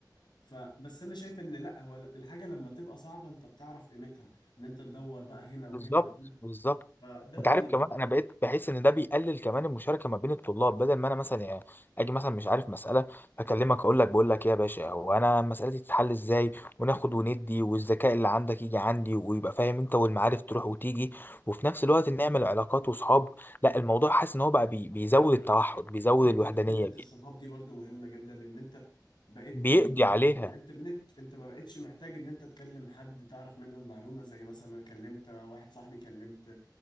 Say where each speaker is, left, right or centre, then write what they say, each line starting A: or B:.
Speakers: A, on the left; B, on the left.
A: فبس انا شايف ان لا هو الحاجه لما تبقى صعبه انت بتعرف قيمتها ان انت تدور بقى هنا وهنا
B: بالظبط
A: وهنا
B: بالظبط
A: فده رايي
B: انت عارف كمان انا بقيت بحس ان ده بيقلل كمان المشاركه ما بين الطلاب بدل ما انا مثلا يعني اجي مثلا مش عارف مساله اكلمك اقول لك بقول لك ايه يا باشا هو انا مسالتي تتحل ازاي وناخد وندي والذكاء اللي عندك يجي عندي ويبقى فاهم انت والمعارف تروح وتيجي وفي نفس الوقت نعمل علاقات وصحاب لا الموضوع حاسس ان هو بقى بي- بيزود التوحد بيزود
A: حتة
B: الوحدانيه
A: حتة
B: بي-
A: الصحاب دي برضو مهمة جدا ان انت بقيت
B: بيقضي
A: معتمد
B: عليها
A: على الانترنت انت ما بقتش محتاج ان انت تكلم حد تعرف منه المعلومة زي مثلا انا كلمت واحد صاحبي كلمت